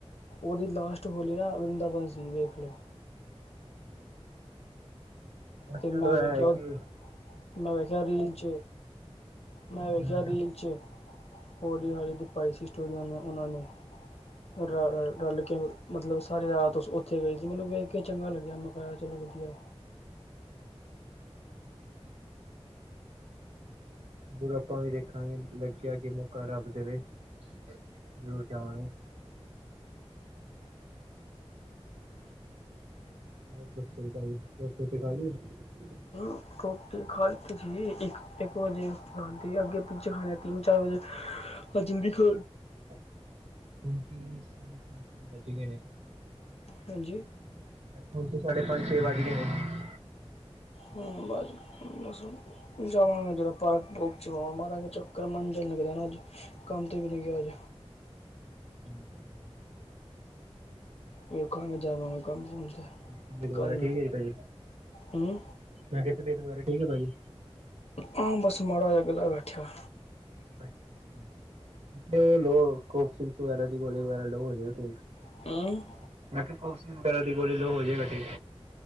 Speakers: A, on the left (about 75°); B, on the right (about 80°).
A: ਓਦੀ ਲਾਸਟ ਹੋਲੀ ਨਾ, ਵ੍ਰੀਂਦਾਵਨ ਸੀ ਵੇਖ ਲੈ।
B: <inaudible> ਪਰ
A: ਤੇ ਮੈਂ
B: ਚਲੋ
A: ਵੇਖਿਆ
B: ਇਹ ਹੈ ਕੇ
A: ਮੈਂ ਵੇਖੇਆ ਰੀਲ ਚ, ਮੈਂ ਵੇਖੇਆ
B: ਜ਼ਰੂਰ
A: ਰੀਲ ਚ। ਹੋਲੀ-ਹਾਲੀ ਦੀ ਪਾਈਸੀ ਸਟੋਰੀ ਓਨੇ ਓਨਾਂ ਨੇ। ਰ, ਰਲ ਕੇ ਮਤਲਬ ਸਾਰੇ ਰਾਤ ਓਸ ਓਥੇ ਗਏ ਸੀ, ਮਤਲਬ ਵੇਖ ਕੇ ਚੰਗਾ ਲੱਗੇਆ ਮਕੇਆ ਯਾਰ ਚਲੋ ਵਦੀਆ।
B: ਜਦੋ ਆਪਾਂ ਵੀ ਵੇਖਾਂਗੇ ਲ ਲੱਗੇਆ ਕੀ ਮੌਕਾ ਰੱਬ ਦੇਵੇ ਜਦੋ ਜਾਵਾਂਗੇ। ਹੋਰ ਦਸੋ ਤਾਜੀ, ਰੋਟੀ-ਰੂਟੀ ਖਾਲੀ ਏ?
A: ਰੋਟੀ ਖਾ ਲੀਤੀ ਜੀ ਇੱਕ, ਇੱਕ ਵਜੇ ਖਾਦੀ ਐ ਅੱਗੇ-ਪਿੱਛੇ ਖਾਨੇ ਤਿੰਨ-ਚਾਰ ਵਜੇ। ਆਜ ਜਲਦੀ ਖਾ
B: ਹੁਣ ਤੇ ਸਾੜੇ ਪੰਜ-ਛੇ ਵਜ ਗਏ ਨੇ।
A: ਹਾਂਜੀ।
B: ਮੈਂ ਕਿਆ ਹੁਨ ਤੇ ਸਾਡੇ ਪੰਜ-ਛੇ ਵੱਜ ਗਏ ਨੇ।
A: ਹਾ <unintelligible> ਬਸ ਹੁਨ। ਜਾਵਾਂਗਾ ਜਰਾ ਪਾਰਕ, ਪੂਕ ਚ ਹੋ ਆਵਾਂ ਮਾਰਾ ਗਾ ਚੱਕਰ ਮੰਨ ਜਾ ਨੀ ਲੱਗਦਾ ਨਾ ਅੱਜ। ਕੰਮ ਤੇ ਵੀ ਨੀ ਗੇਆ ਅੱਜ।
B: <unintelligible>
A: ਵੇਖਾਂਗੇ ਜਾਂਵਾਂਗਾ ਕਾਮ-ਕੁੱਮ ਤੇ।
B: ਤਬੀਅਤ ਵਗੈਰਾ
A: ਕੱਲ ਨੂੰ
B: ਠੀਕ ਐ ਭਾਜੀ,
A: ਹੂੰ
B: ਮੈ ਕਿਆ ਤਬੀਅਤ ਵਗੈਰਾ ਠੀਕ ਏ ਭਾਜੀ?
A: ਹਾਂ, ਬਸ ਮਾੜਾ ਜਾ ਗਲਾ ਬੈਠੇਆ।
B: <unintelligible>
A: <unintelligible>
B: ਮੈਂ ਕਿਆ <unintelligible> ਦੀ ਗੋਲੀ ਲੋ ਹੋ ਜੇਗਾ ਠੀਕ।